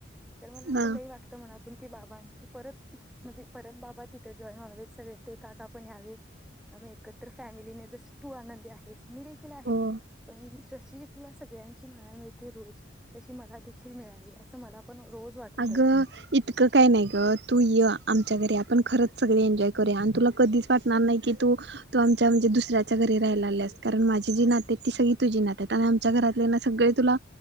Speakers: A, in the centre; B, on the right.
A: तर मला असं
B: हा
A: लई वाटतं मनात पण ती बाबांची परत म्हणजे परत बाबा तिथे जॉईन व्हावेेत सगळे ते काका पण यावेेत आम्ही एकत्र फॅमिलीने जस तू आनंदी आहेस. मी देखील आहे
B: हो
A: पण मी जशी तुला सगळ्यां ची माया मिळते रोज तशी मला देखील मिळाली असती पण <unintelligible> मला पण रोज वाटतंय
B: अगं इतकं काय नाही ग तू य आमच्या घरी आपण खरच सगळे एन्जॉय करूया आणि तुला कधी वाटणार नाही की तू, तू आमच्या म्हणजे दुसऱ्या आमच्या घरी राहायला आल्यास कारण माझी जी नाती आहेत ती सगळी तुझी नाती आहेत आमच्या घरातले ना सगळे तुला